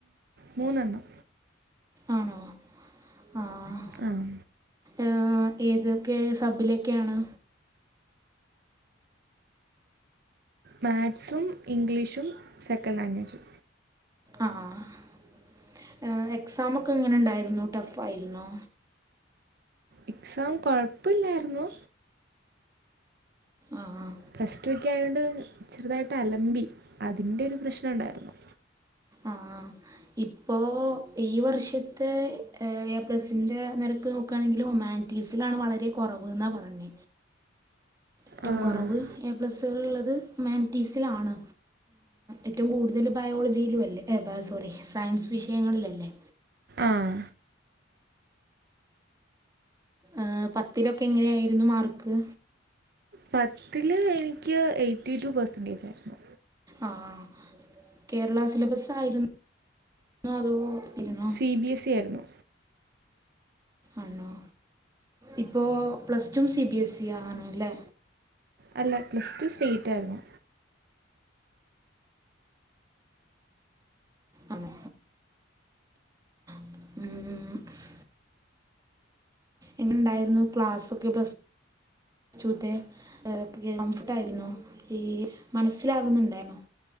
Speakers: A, on the right; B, on the right.
A: മൂന്നെണ്ണം
B: ആണോ ആഹ്
A: ആഹ്
B: ആഹ് ഏതൊക്കെ സബിലൊക്കെയാണ്
A: മാത്സും ഇംഗ്ലീഷും സെക്കൻഡ് ലാംഗ്വേജ്
B: ആഹ് എക്സാം ഒക്കെ എങ്ങനെണ്ടായിന്ന ടഫ് ആയിര്ന്നോ
A: എക്സാം കൊഴപ്പില്ലായിരുന്നു
B: ആഹ് ആഹ്
A: ഫസ്റ്റ് ക്കെ ആയതുകൊണ്ട് ചെറുതായിട്ട് അലമ്പി അതിൻ്റെ ഒരു പ്രശ്നം ഉണ്ടായിരുന്നു
B: ആഹ് ആഹ് ഇപ്പോ ഈ വർഷത്തെ എ പ്ലസിന്റെ നിരക്ക് നോക്കുകയാണെങ്കിൽ ഒമാൻ റ്റീസിലാണ് വളരെ കുറവ് എന്നാ പറഞ്ഞത് ഏറ്റവും
A: ആ
B: കുറവ് എ പ്ലസ ഉള്ളത് മാൻറ്റീസിലാണ് ഏറ്റവും കൂടുതൽ ബയോളജിയിലും അല്ലേ സോറി സയൻസ് വിഷയങ്ങളില അല്ലേ
A: ആഹ്
B: ആഹ് പത്തിലൊക്കെ എങ്ങനെയായിരുന്നു മാർക്ക്
A: പത്തില് എനിക്ക് എയ്റ്റി ടു പെർസെന്റേജ ആയിരുന്നു
B: ആഹ് കേരള സിലബസ് ആയിര്ന്നോ അതോ ഇരുന്നോ
A: സി ബി എസ് ഇ ആയിരുന്നു
B: ആണോ ഇപ്പോൾ plus two C B S E ആണ്ല്ലേ
A: അല്ല പ്ലസ് ടു സ്റ്റേറ്റ് ആയിരുന്നു
B: ആഹ് ഉം എങ്ങനെ ഇണ്ടായിരുന്നു ക്ലാസ്സൊക്കെ പ്ലസ് പ്ലസ്ടുത്തെ കംഫർട്ട ആയിര്ന്നോ ഈ മനസ്സിലാകുന്നുണ്ടായിരുന്നുോ